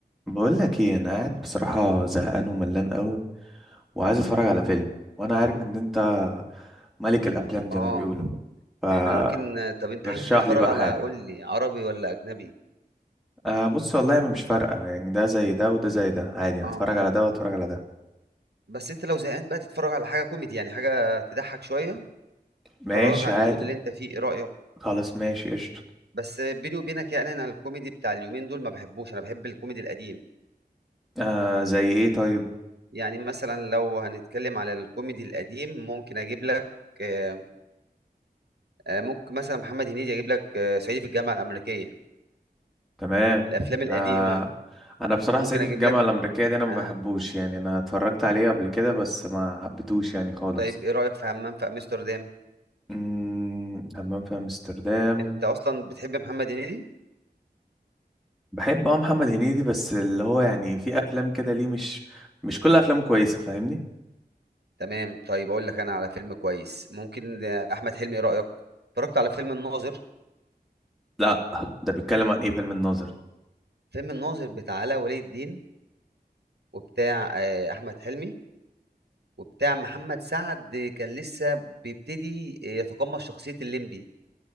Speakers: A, in the centre; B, on the right.
A: بقول لك ايه انا قاعد بصراحه زهقان وملان قوي وعايز اتفرج على فيلم وانا عارف ان انت ملك الافلام زي
B: اه
A: ما بيقولوا فرشح
B: احنا ممكن طب انت حابب تتفرج
A: لي بقى
B: على
A: حاجه
B: قول لي عربي ولا اجنبي
A: أه بص والله مش فارقه يعني ده زي ده وده زي ده عادي
B: اه
A: هتفرج على ده واتفرج على ده
B: بس انت لو زهقان بقى تتفرج على حاجه كوميدي يعني حاجه تضحك شويه
A: ماشي
B: تخرجك عن
A: عادي
B: المود اللي انت فيه ايه رايك
A: خلاص ماشي قشطه
B: بس بيني وبينك يعني انا الكوميدي بتاع اليومين دول ما بحبوش انا بحب الكوميدي القديم
A: أه زي ايه طيب
B: يعني مثلا لو هنتكلم على الكوميدي القديم ممكن اجيب لك آه، آه، ممكن مثلا محمد هنيدي اجيب لك آه، صعيدي في الجامعه الامريكيه
A: تمام
B: الافلام القديمه
A: أه انا بصراحه
B: ممكن
A: صعيدي
B: اجيب
A: في الجامعه
B: لك
A: الامريكيه دي انا ما
B: اه
A: بحبوش يعني انا اتفرجت عليه قبل كده بس ما حبيتهوش يعني خالص
B: طيب ايه رايك في همام في امستردام
A: أمم، همام في امستردام
B: انت اصلا بتحب محمد هنيدي
A: بحب اه محمد هنيدي بس اللي هو يعني في افلام كده ليه مش مش كل افلامه كويسه فاهمني
B: تمام طيب اقول لك انا على فيلم كويس ممكن آه، احمد حلمي ايه رايك اتفرجت على فيلم الناظر
A: لا ده بيتكلم عن ايه فيلم الناظر
B: فيلم الناظر بتاع علاء ولي الدين وبتاع آه، احمد حلمي وبتاع محمد سعد آه، كان لسه بيبتدي آه، يتقمص شخصيه الليمبي